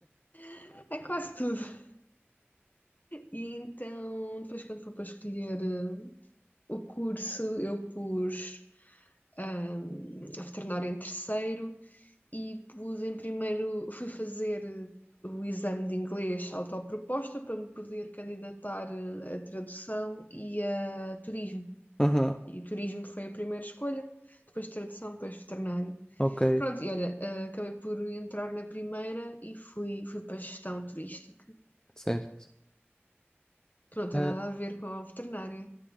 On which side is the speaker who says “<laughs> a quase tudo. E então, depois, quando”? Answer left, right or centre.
Left